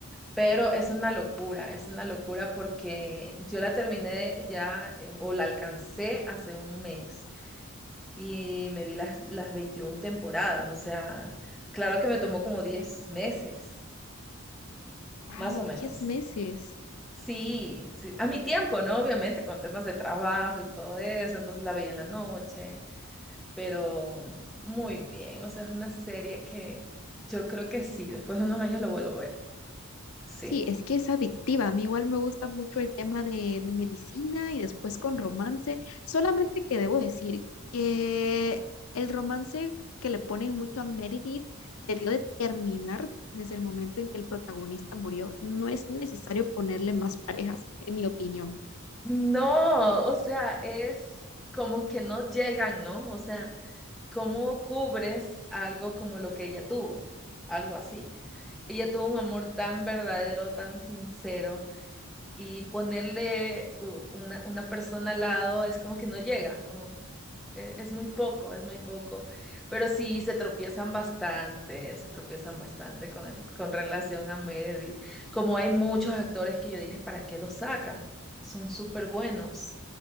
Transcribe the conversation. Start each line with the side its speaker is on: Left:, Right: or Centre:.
Centre: pero es una locura, es una locura porque yo la terminé ya eh, o la alcancé hace un mes y me vi las, las 21 temporadas, o sea, claro que me tomó como 10 meses,
Left: Wow,
Centre: más o menos.
Left: Diez meses.
Centre: Sí, sí, a mi tiempo, ¿no? Obviamente con temas de trabajo y todo eso, entonces la veía en la noche pero muy bien. O sea, es una serie que yo creo que sí, después de unos años la vuelvo a ver. Sí.
Left: Sí, es que es adictiva. A mí igual me gusta mucho el tema de, de medicina y después con romance. Solamente que debo decir que el romance que le ponen mucho a Meredith debió de terminar desde el momento en que el protagonista murió. No es necesario ponerle más parejas, en mi opinión.
Centre: No, o sea, es como que no llegan, ¿no? O sea, ¿cómo cubres algo como lo que ella tuvo? Algo así. Ella tuvo un amor tan verdadero, tan sincero, y ponerle uh, una, una persona al lado es como que no llega, no, e- Es muy poco, es muy poco, pero sí se tropiezan bastante, se tropiezan bastante con, con relación a Meredith. Como hay muchos actores que yo dije, ¿para qué los sacan? Son súper buenos.